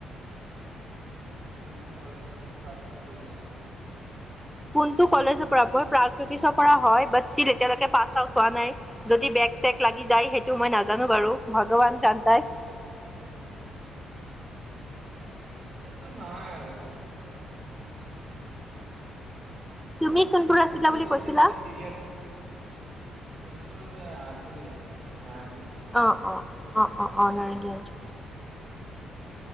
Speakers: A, on the right; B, in the centre.
A: কোনটো কলেজৰ পৰা পাছ আউট হৈছা সেইটো।
B: কোনটো কলেজৰ পৰা মই প্ৰজোতিষৰ পৰা হয় বাট ইচটিল এতিয়ালৈকে পাছ আউট হোৱা নাই। যদি বেগ চেগ লাগি যায় সেইটো মই নাজানো বাৰু ভগৱান জান্তা হে।
A: এ এতিয়াতো নহয় আৰু।
B: তুমি কোনবোৰ
A: এনেতো
B: আছিলা বুলি কৈছিলা?
A: এতিয়া পুৰা চিৰিয়েল মোৰটো আঞ্চলিক আছিল নাৰেংগীত।
B: অ', অ' অ' অ' অ' নাৰেংগি আঞ্চলিক।